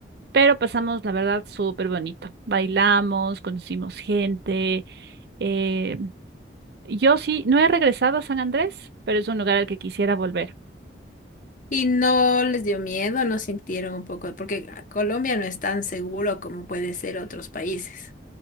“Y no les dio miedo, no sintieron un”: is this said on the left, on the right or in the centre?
Left